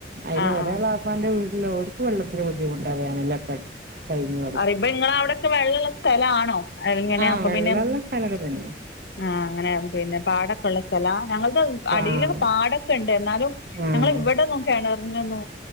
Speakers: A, on the right (about 50°); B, on the left (about 65°).
A: അതിൽ
B: ആഹ്
A: ഒരു
B: ആഹ്
A: എളാപ്പാന്റെ വീ ല്ലർക്ക് വെള്ളത്തിന് ബുദ്ധിമുട്ട <unintelligible> കഴിഞ്ഞ
B: അറിയ മ്പോനിങ്ങള അവിടെൊക്കെ വെള്ളമള്ള സ്ഥല ആണോ അങ്ങനെ
A: ആഹ്
B: അപ്പൊ
A: വെള്ളള്ള
B: പിന്നെ
A: സ്ഥലൊക്കെ തന്നെ
B: ആ അങ്ങനെ പിന്നെ പാടൊക്കെ ള്ള സ്ഥലാ ഞങ്ങളത്അടിയിലൊക്കെ
A: പാടം
B: പാടൊക്കെ ഉണ്ട് എന്നാലും
A: ആഹ്
B: ഞങ്ങൾ ഇവിടെന്നും കിണറിനൊന്നും